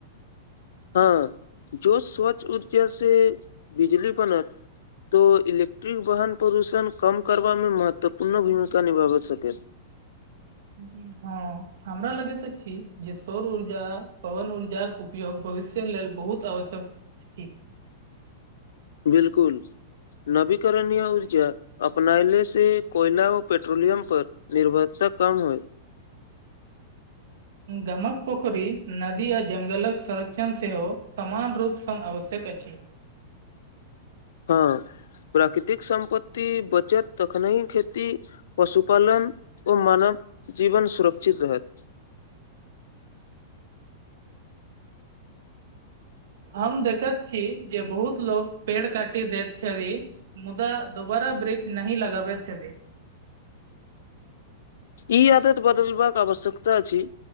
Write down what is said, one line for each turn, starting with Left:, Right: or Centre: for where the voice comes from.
Left: हँ जो स्वच्छ ऊर्जा से बिजली बनत तो इलेक्ट्रिक वाहन प्रदूषण कम करबामे महत्वपूर्ण भूमिका निभाब सकथि
Right: <inaudible> हँ हमरा लगैत अछी जे सौर ऊर्जा पवन ऊर्जाक के उपयोग भविष्य के लेल बहुत आवश्यक अछि
Left: बिलकुल नवीकरणीय ऊर्जा अपनायले से कोयला व पेट्रोलियम पर निर्भरता कम होइ
Right: गमक पोखरी नदी आ जंगलक संरक्षण सेहो समान रूप सँ आवश्यक अछि
Left: हँ प्राकृतिक सम्पत्ति बचत तखनेही खेती पशुपालन ओ मानव जीवन सुरक्षित रहत
Right: हम देखैत छी जे बहुत लोग पेड़ काटि दैत छै मुदा दोबारा वृक्ष नहि लगाबै छथि
Left: ई आदत बदलबाक आवश्यकता अछि